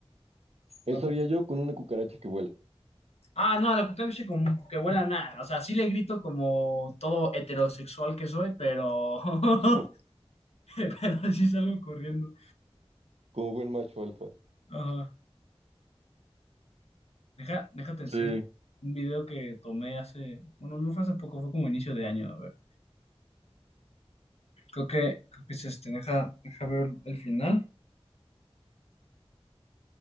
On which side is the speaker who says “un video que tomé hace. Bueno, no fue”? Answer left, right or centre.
Left